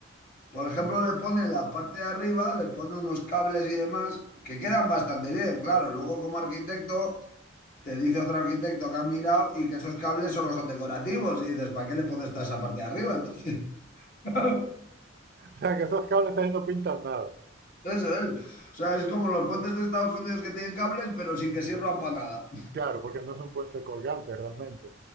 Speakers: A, on the left; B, on the right.
A: por ejemplo, le pone en la parte de arriba, le pone unos cables y demás que quedan bastante bien. Claro, luego como arquitecto, te dice otro arquitecto que ha mirado y que esos cables solo son decorativos. Y dices, ¿para qué le pones toda esa parte de arriba? Entonces, <laughs>
B: O sea, que esos cables ahí no pintan nada.
A: eso es. O sea, es como los puentes de Estados Unidos que tienen cables, pero sin que sirvan para nada.
B: Claro, porque no son puentes colgantes realmente.